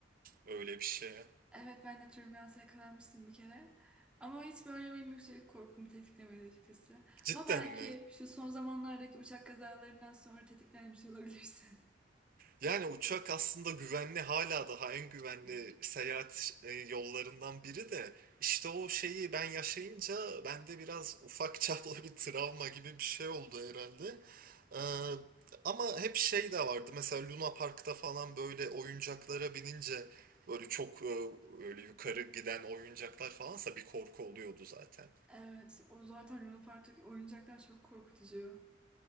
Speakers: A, on the right (about 50°); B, in the centre.
A: öyle bir şeye?
B: Evet ben de türbülansa yakalanmıştım bir kere. Ama hiç böyle benim yükseklik korkumu tetiklemedi açıkçası.
A: Cidden
B: Ama belki
A: mi?
B: şu son zamanlardaki uçak kazalarından sonra tetiklenmiş olabilirsin. <laughs>
A: Yani uçak aslında güvenli hala daha en güvenli
B: Hı.
A: seyahat e, yollarından biri de işte o şeyi ben yaşayınca bende biraz ufak <laughs> çaplı bir travma gibi bir şey oldu herhalde. Ee, ama hep şey de vardı mesela Luna Park'ta falan böyle oyuncaklara binince böyle çok e, böyle yukarı giden oyuncaklar falansa bir korku oluyordu zaten.
B: Evet o zaten Lunapark'taki oyuncaklar çok korkutucu.